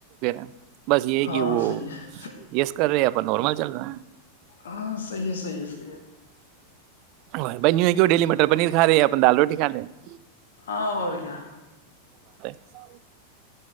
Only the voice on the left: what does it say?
ہاں
صحیح ہے
ہاں صحیح ہے صحیح ہے صحیح ہے
ہاں اور کیا